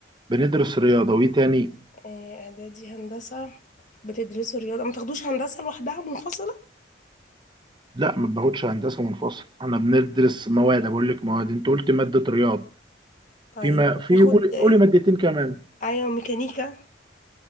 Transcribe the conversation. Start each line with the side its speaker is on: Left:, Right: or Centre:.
Right: بندرس رياضه وايه تاني
Left: آه، اعدادي هندسه بتدرسوا رياضة ما تاخدوش هندسة لوحدها منفصلة
Right: لا ما باخدش هندسه منفصل انا بندرس مواد بقول لك مواد انت قلت ماده رياضه
Left: طيب
Right: في ما في
Left: تاخد
Right: قولي قولي
Left: آه،
Right: مادتين كمان
Left: ايوه ميكانيكا